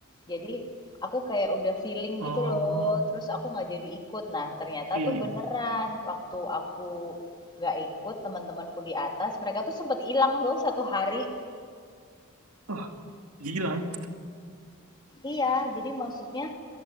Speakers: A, on the left (about 20°); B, on the right (about 70°).
A: Jadi aku kayak udah feeling
B: oh
A: gitu loh, terus aku nggak jadi ikut. Nah, ternyata
B: iya
A: tuh beneran
B: iya
A: waktu aku nggak ikut, teman-temanku di atas mereka tuh sempet hilang loh satu hari.
B: oh hilang
A: Iya, jadi maksudnya,